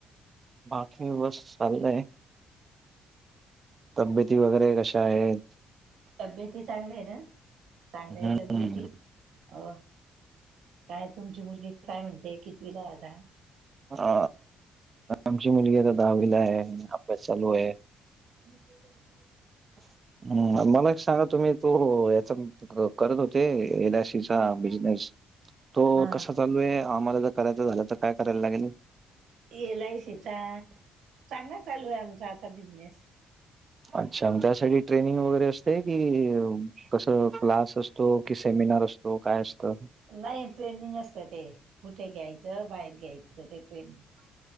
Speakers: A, on the right; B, on the right.
A: बाकी व्यवस्थित चाललंय. तब्येती वगैरे कशा आहेत?
B: तब्येती चांगल्या आहे ना चांगले
A: हम्म.
B: आहे तब्येत हो काय तुमची मुलगी काय म्हणते कितवीलाय आता.
A: आ, आमची मुलगी आता दहावीला आहे अभ्यास चालू आहे.
B: म <unintelligible>
A: हम्, मला एक सांगा तुम्ही तो याचा करत होते एलआयसी सीचा बिजनेस तो
B: हां
A: कसा चालू आहे आम्हाला जर करायचं झालं तर काय करायला लागेल?
B: एल आय सीचा चांगला चालू आहे आमचा आता बिझनेस.
A: अच्छा! त्यासाठी ट्रेनिंग वगैरे असते की कसं क्लास असतो कि सेमिनार असतो. तो काय असतं.
B: नाही ट्रेनिंग असत ते कुठे घ्यायचं बाहेर घ्यायचं ते ट्रेनि